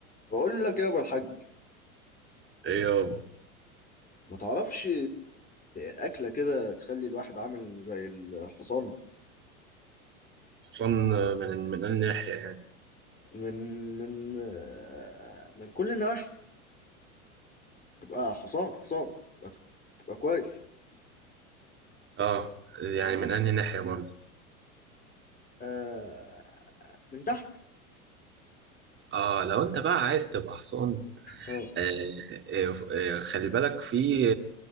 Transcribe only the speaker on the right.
ايه يابا
حصان من من أنهي ناحية يعني
اه يعني من أنهي ناحية برضه
اه لو انت بقى عايز تبقى حصان
آه آه آه خلي بالك في